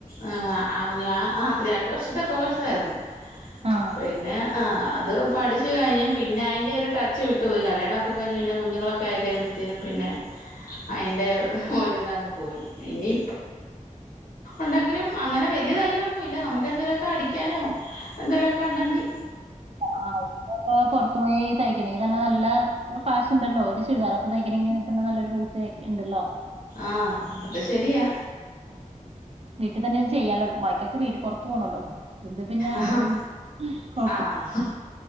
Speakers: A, on the left; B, on the right.
A: ആഹ് അ ഞാ ആഹ്. രണ്ട് വർഷത്തെ കോഴ്സാരുന്നു.
B: ആഹ്
A: പിന്നെ ആഹ് അത് പഠിച്ച് കഴിഞ്ഞ് പിന്നെ അയിൻ്റെ ഒരു ടച്ച് വിട്ടു പോയി. കല്യാണൊക്കെ കഴിഞ്ഞ് പിന്നെ കുഞ്ഞുങ്ങളൊക്കെ ആയി കഴിയുമ്പോഴത്തേനും പിന്നെ
B: ഉം.
A: അയിന്റെ രിതങ്ങ് പോയി ഇനി ണ്ടെങ്കിലും അങ്ങനെ വലിയ തൈലൊന്നും ഇല്ല നമുക്ക് എന്തേലുക്കെ അടിക്കാനോ എന്തേലുക്കെ ഒണ്ടെങ്കി
B: ആഹ് <unintelligible> പൊറത്തു പോയി തയ്ക്കണേ തന്നെ നല്ല ഒരു ഫാഷ് ഇണ്ടല്ലോ ഒരു ചു ചുരിതാറൊക്കെ തയ്ക്കണെങ്കി തന്നെ നല്ലൊരു <unintelligible> ഇണ്ടല്ലോ.
A: ആഹ് അത് ശെരിയാ.
B: റ്റ്തന്നെ ചെയ്യാലോ ബാക്ക്യൊ ക്ക് വീട്ട് പൊർത്ത് പോണോല്ലോ ഇത് പിന്നെ അങ്ങനെന്നും
A: ആഹ്
B: കൊ
A: ആഹ്